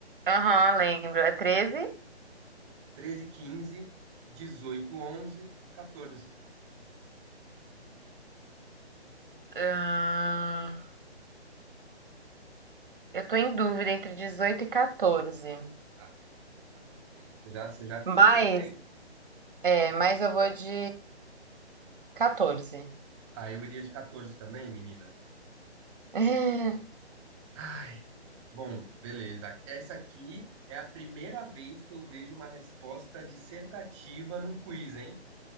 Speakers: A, on the right (about 50°); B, on the right (about 25°).
A: Aham, lembro. É 13.
B: 13, 15, 18, 11, 14.
A: Ahn, eu tô em dúvida entre 18 e 14.
B: Ah, já gostei. Você já, você já filtrou
A: Mas,
B: bem.
A: é, mas eu vou de 14.
B: Ah, eu iria de 14 também, menina.
A: <laughs>
B: Ai, bom, beleza. Essa aqui é a primeira vez que eu vejo uma resposta dissertativa num quiz, hein?